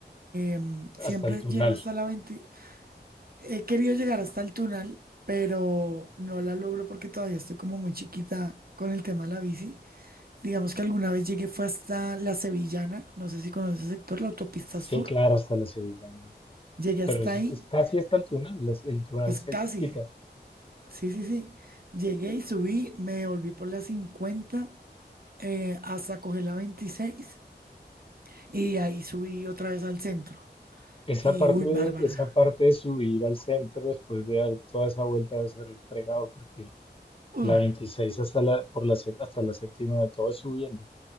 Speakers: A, on the right; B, on the left.
A: em,
B: hasta
A: siempre
B: el Tunal.
A: llego hasta la 20 He querido llegar hasta el túnel, pero no la logro porque todavía estoy como muy chiquita con el tema de la bici. Digamos que alguna vez llegué fue hasta la Sevillana, no sé si conoces el sector, la autopista
B: Sí,
A: sur.
B: claro, hasta la Sevillana.
A: Llegué
B: Pero
A: hasta
B: es,
A: ahí,
B: es casi hasta el Tunal, las- el Tunal
A: pues
B: está
A: casi,
B: ahí cerquita.
A: sí, sí, sí. Llegué y subí, me volví por la 50 eh, hasta coger la 26 y ahí subí otra vez al centro.
B: Esa
A: Y
B: parte,
A: uy,
B: de-
A: Bárbara,
B: esa parte de subir al centro después de dar toda esa vuelta va a ser fregado porque
A: uy,
B: la 26 hasta la, por la, sé- hasta la séptima todo es subiendo.